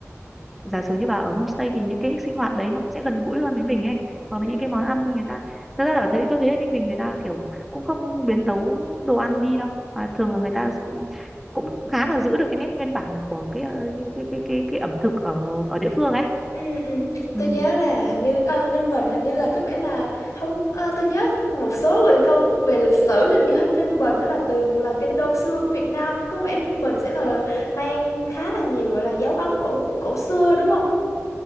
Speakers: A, in the centre; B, on the left (about 75°).
A: giả sử như bà ở homestay thì những cái sinh hoạt đấy nó cũng sẽ gần gũi hơn với mình ấy hoặc
B: ừ
A: là những cái
B: ừ.
A: món ăn người ta thật ra là ở thế tôi thấy ở Ninh Bình người ta kiểu cũng không biến tấu đồ ăn đi đâu mà thường là người ta giữ- cũng khá là giữ được cái nét nguyên bản của cái ờ, cái cái cái cái, cái ẩm thực ở ở địa phương ấy
B: Ừ, ừ.
A: ừ.
B: Tôi nhớ là hình như ờ, Ninh Bình hình như là có vẻ là không ờ, tôi nhớ một số gọi là câu về lịch sử hình như hình Ninh Bình đó là từng là kinh đô xưa của Việt Nam nên có vẻ Ninh Bình sẽ là mang khá là nhiều gọi là dấu ấn cổ cổ xưa đúng không?